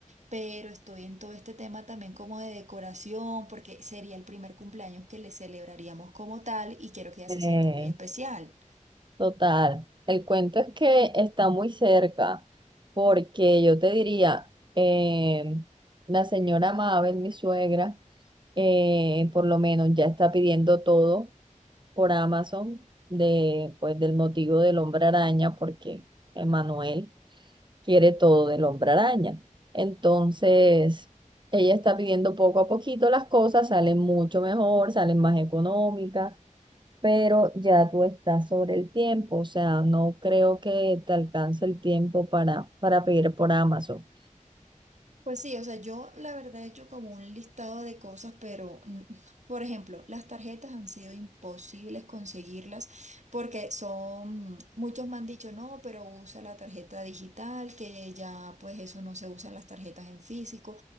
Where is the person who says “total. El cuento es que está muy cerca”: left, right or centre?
Right